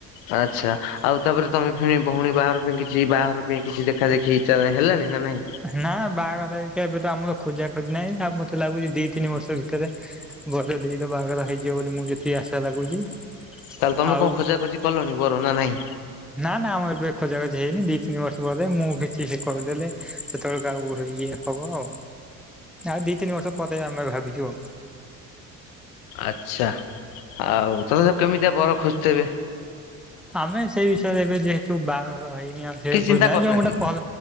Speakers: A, on the left; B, in the centre.
A: ଆଚ୍ଛା ଆଉ ତାପରେ ତମେ ଫିଣି। ଭଉଣୀ ବାହାଘର ପାଇଁ କିଛି ବାହାଘର ପାଇଁ କିଛି ଦେଖା ଦେଖି ଚା ହେଲାଣି ନା ନାଇଁ।
B: ନା ବାହାଘର ହେରିକା ଏବେ ତ ଆମର ଖୋଜା ଖୋଜି ନାହିଁ ଆଉ ମତେ ଲାଗୁଛି ଦି ତିନି ବର୍ଷ ଭିତରେ। ଗଲେ ଦେଇର ବାହାଘର ହେଇଯିବ ବୋଲି ମୁଁ ଯେତିକି ଆଶା ଲାଗୁଛି।
A: ତାହେଲେ ତମେ
B: ଆଉ
A: କଣ ଖୋଜା ଖୋଜି କଲଣି ବର ନା ନାଇଁ।
B: ନା ନା ଆମର ଏବେ ଖୋଜା ଖୋଜି ହେଇନି ଦି ତିନି ବର୍ଷ ପରେ ମୁଁ ବି କିଛି କରିଦେଲେ। ସେତେ ବେଳକୁ ଆଉ ହେଇ ଇଏ ହବ ଆଉ। ଆଉ ଦି ତିନି ବର୍ଷ ପରେ ଆମେ ଭାବିଛୁ।
A: ଆଚ୍ଛା ଆଉ ତଥାପି ତ କେମିତି କା ବର ଖୋଜୁଥବେ।
B: ଆମେ ସେଇ ବିଷୟରେ ଏବେ ଯେହେତୁ ବାହାଘର ହେଇନି ଆ ସେ
A: କିଛି
B: ଖୋଜ
A: ଚିନ୍ତା
B: ନାଇଁ
A: କରିନାହାନ୍ତି?
B: ତ ଗୋଟା ଭ